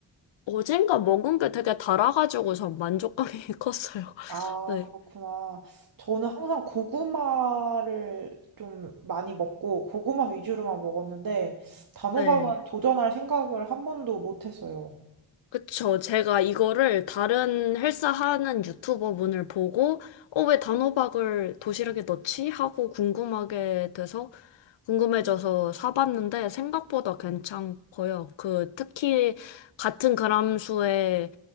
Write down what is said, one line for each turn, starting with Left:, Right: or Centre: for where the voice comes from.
Left: 어젠가 먹은 게 되게 달아가지고 전 만족감이 <laughs> 컸어요.
Right: 아,
Left: 네.
Right: 그렇구나. 저는 항상 고구마를 좀 많이 먹고 고구마 위주로만 먹었는데 단호박은
Left: 네.
Right: 도전할 생각을 한 번도 못 했어요.
Left: 그쵸. 제가 이거를 다른 헬스하는 유튜버분을 보고, 어, 왜 단호박을 도시락에 넣지? 하고 궁금하게 돼서, 궁금해져서 사봤는데, 생각보다 괜찮고요. 그, 특히, 같은 그람 수의